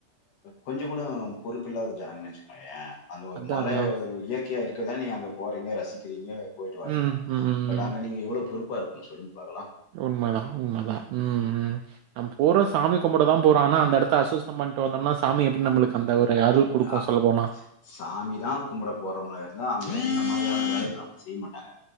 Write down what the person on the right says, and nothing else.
அதான்
அதான்.
ம். ம், ம்,
ம்.
உண்ம தான் உண்மதான் ம் ம் நம் போறோம் சாமி கும்பிடதான் போறோம் ஆனா அந்தடத்த அசுஸ்த்தம் பண்ணிட்டு வந்தம்னா சாமி எப்படி நம்மளுக்கு அந்த ஒரு அருள் குடுக்கும்
சொல்ல போனா